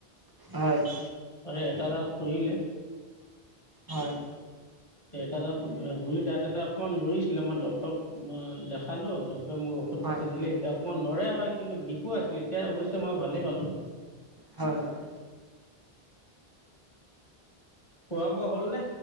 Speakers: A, on the right; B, on the left.
A: হয় হয়
B: আৰু এটা তাত ফুৰিলে
A: হয়
B: তে এ তাত গুৰি দাঁত এটা অকমান লৰিছিলে মই ড্টৰক দেখালো ডট মোক ঔষধ
A: হয়
B: পাতি দিলে এতিয়া অকণমান লৰা হয় কিন্তু বিষু আছিল এতিয়া অৱশ্যে মই ভালেই পালো।
A: হয় হয়
B: খোৱা বোৱা হল নে